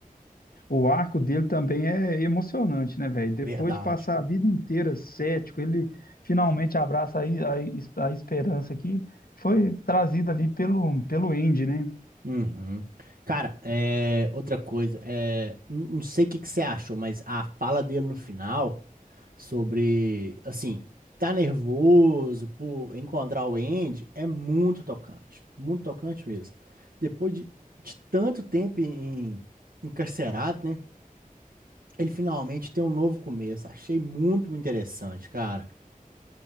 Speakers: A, on the left (about 80°); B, on the right (about 75°).
A: O arco dele também é emocionante, né, velho? Depois
B: verdade.
A: de passar a vida inteira cético, ele finalmente abraça a, a, a esperança que foi trazida ali pelo, pelo Andy, né?
B: Uhum. Cara, é, outra coisa, é, n- não sei o que que você achou, mas a fala dele no final sobre, assim, tá nervoso por encontrar o Andy é muito tocante, muito tocante mesmo. Depois de, de tanto tempo em- encarcerado, né? Ele finalmente tem um novo começo. Achei muito interessante, cara.